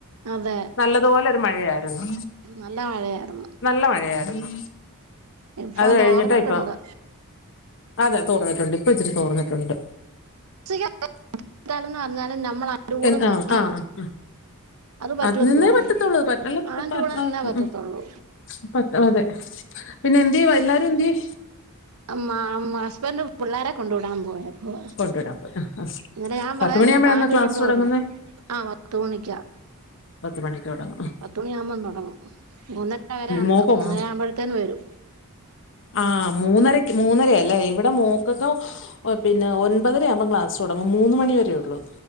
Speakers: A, on the right (about 80°); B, on the left (about 60°).
A: അതെ
B: നല്ലതുപോലെ ഒരു മഴയായിരുന്നു
A: നല്ല മഴയായിരുന്നു
B: നല്ല മഴയായിരുന്നു
A: ഇപ്പൊ
B: അത് കഴിഞ്ഞിട്ടാ
A: തോർന്നിട്ടുണ്ട്
B: ഇപ്പ അതെ തോർന്നിട്ടുണ്ട് ഇപ്പ ഇത്തിരി തോർന്നിട്ടുണ്ട്
A: <unintelligible> പറഞ്ഞാലും നമ്മൾ അതിന്റെ കൂടെ
B: എ അഹ്
A: നിക്കണം
B: അഹ് ആഹ
A: പറ്റുമെന്ന്
B: അത് നിന്നേ
A: തോന്നുന്നില്ല
B: പറ്റത്തുള്ളൂ അല്ലാ പറ്റല്ലേ
A: അതിന്റെ കൂടെ നിന്നേ പറ്റത്തുള്ളൂ
B: പത്ത് അതെ പിന്നെ എന്തിയേ എല്ലരും എന്തിയേ
A: മ മാ ഹസ്ബൻഡ് പിള്ളേരെ കൊണ്ട് വിടാൻ പോയ ഓ
B: കൊണ്ടുവിടാൻ പോയി ആ ആ
A: എന്നരം ഞാൻ
B: പത്ത്
A: പറയുകയും
B: മണിയാകുമ്പോഴാന്നോ
A: ചെയ്തു പാൻറ്
B: ക്ലാസ്
A: ഇട്ടോണ്ട്
B: തുടങ്ങുന്നേ
A: പോ എന്ന് അഹ് പത്ത് മണിക്കാ
B: പത്ത് മണിക്ക് തുടങ്ങും
A: പത്തുമണി ആവുമ്പോ തുടങ്ങും മൂന്നര വരെ ഉണ്ട്
B: മോക്കും
A: മൂന്നര ആ ആകുമ്പത്തേന് വരും
B: അഹ് മൂന്നരക്ക് മൂന്നര അല്ലേ ഇവിടെ മോക്കക്കെ ഓ പിന്നെ ഒൻപതര ആകുമ്പം ക്ലാസ് തുടങ്ങും മൂന്ന് മണി വരേ ഉള്ളൂ